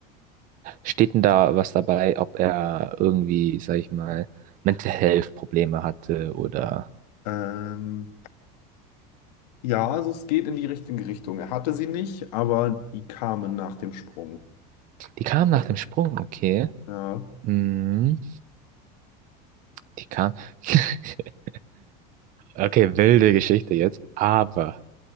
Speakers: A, on the right (about 40°); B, on the left (about 85°).
A: Steht denn da was dabei, ob er irgendwie, sag ich mal, Mental Health Probleme hatte oder.
B: Ähm, ja, also es geht in die richtige Richtung. Er hatte sie nicht, aber die kamen nach dem Sprung.
A: Die kam nach dem Sprung, okay.
B: Ja,
A: Mhm, die kam. <laughs> Okay, wilde Geschichte jetzt. Aber